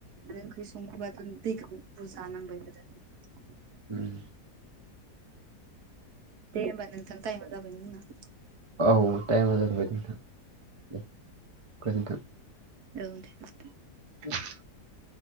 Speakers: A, on the right (about 70°); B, on the right (about 30°).
A: आरो ओंख्रि संनोबाथाय दैखौ बुरजा नांबाय आरो।
B: उम
A: दे होमबा नोंथां टाइमआ जाबाय जोंना।
B: औ टाइमा जाथ'बाय
A: औ
B: नोंथां, दे गोजोनथों।
A: औ दे गोजों
B: <inaudible>